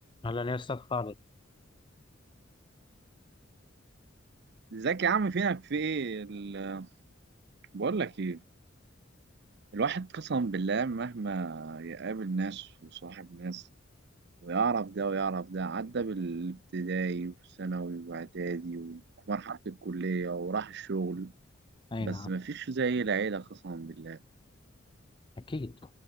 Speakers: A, on the left; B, on the right.
A: هلا يا أستاذ خالد
B: ازيك يا عم فينك في ايه ال- بقول لك ايه الواحد قسما بالله مهما يقابل ناس ويصاحب ناس ويعرف ده ويعرف ده عدى بالابتدائي وثانوي واعدادي ومرحلة الكلية وراح الشغل
A: أي
B: بس
A: نعم
B: مفيش زي العيلة قسما بالله
A: أكيد